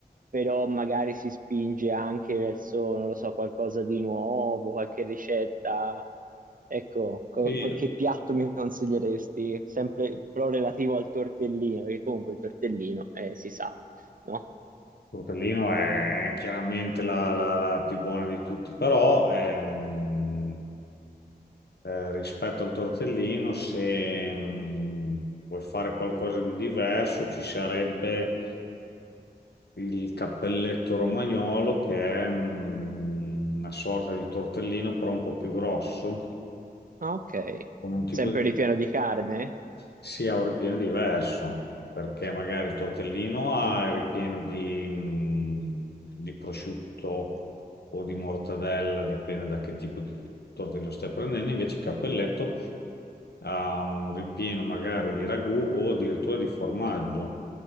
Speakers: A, on the right; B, on the left.
A: però magari si spinge anche verso, non lo so, qualcosa di nuovo, qualche ricetta, ecco, co-
B: sì,
A: co-
B: il
A: che piatto mi consiglieresti? Sempre però relativo al tortellino, perché comunque il tortellino, eh, si sa, no?
B: tortellino è chiaramente la, la- la più buona di tutte, però... ehm, eh, rispetto al tortellino, se mh, vuoi fare qualcosa di diverso, ci sarebbe il cappelletto romagnolo, che è mh, una sorta di tortellino, però un po' più grosso,
A: Ah, ok.
B: con un tipo
A: Sempre
B: di...
A: ripieno di carne?
B: Sì, ha un ripieno diverso, perché magari il tortellino ha il ripieno di, mh, di prosciutto o di mortadella, dipende da che tipo di tortellino stai prendendo, invece il cappelletto ha un ripieno magari di ragù o addirittura di formaggio,